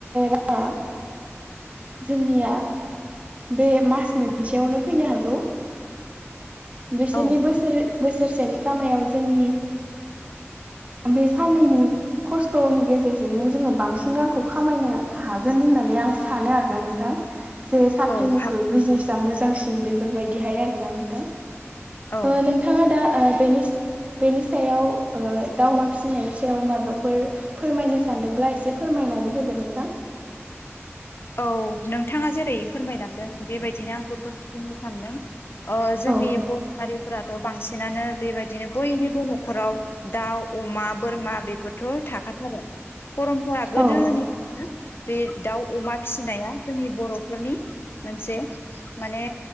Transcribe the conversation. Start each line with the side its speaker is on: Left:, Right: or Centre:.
Right: राङा जोंनिया बे मास मोनसेयावनो फैनो हागौ बिसोरनि
Left: औ
Right: बोसोर बोसोरसेनि खामायाव जोंनि बे साननैनि खस्थनि गेजेरजोंनो जोङो बांसिन रांखौ खामायनो हागोन होननानै आं स सानो आरोना नोंथां जे साख्रिनिख्रुइ
Left: औ हा
Right: बिजनेस मोजांसिन बेफोरबायदिहाय आरोना नोंथां
Left: औ
Right: नोंथाङा दा बेनि बेनि सायाव ओ दाउ अमा फिसिनायनि सायाव मायाबाफोर फोरमायनो सानदोंब्ला एसे फोरमायनानै होदो नोंथां
Left: औ नोंथाङा जेरै फोरमायलांदों बेबायदिनो आंबो बुंनो सानदों जोंनि
Right: औ
Left: बर' हारि बांसिनानो बेबायदिनो बयनिबो न'खराव दाउ अमा बोरमा बे फोरथ थाखाथारो परमपरा गोदोनिफ्रायनो
Right: औ
Left: बे दाउ अमा फिसिनाया जोंनि बर'फोरनि मोनसे माने